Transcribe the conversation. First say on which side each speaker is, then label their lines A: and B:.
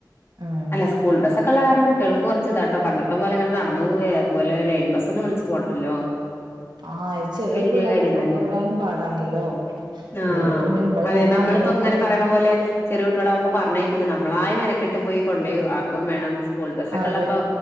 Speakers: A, on the right; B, on the left.
A: ഉം
B: അല്ല സ്കൂൾ ബസ്സൊക്കെ ഉള്ള കാരണം കുട്ടികൾക്ക് കൊ ച്ച്താട്ടോ പണ്ടത്തെ പോലെങ്ങനെ നടന്ന് പോവെ അതുപോലെ ലൈൻ ബസ് ഒന്നും വിളിച്ച് പോണ്ടല്ലോ?
A: ആഹ ഇ ചെറിയ
B: വലിയ
A: പിള്ളേരെ
B: കാര്യം
A: കൊണ്ട്
B: തന്നെ
A: വിടാനും പാടാണല്ലോ?
B: ആഹ്
A: ല്ലെ പിന്നെ മ്മള്
B: അതെ
A: തന്നെ
B: നമ്മളിപ്പോ
A: ഇറങ്ങി.
B: ഇങ്ങനെ പറയ്ണ പോലെ ചെറിയ കുട്ടികളാകുമ്പോ പറഞ്ഞേക്കുല്ല നമ്മളായി മെനക്കെട്ട് പോയി കൊണ്ട് പോയി ആക്കും വേണം. സ്കൂൾ ബസ് ഒക്കെ
A: അതെ
B: ഉള്ളപ്പോ